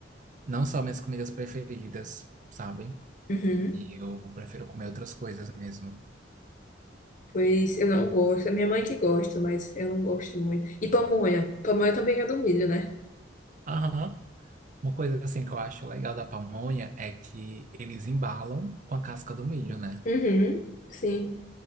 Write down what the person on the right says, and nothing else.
Não são minhas comidas preferidas, sabe?
E Eu prefiro comer outras coisas mesmo.
Aham. Uma coisa assim que eu acho legal da pamonha é que eles embalam com a casca do milho, né?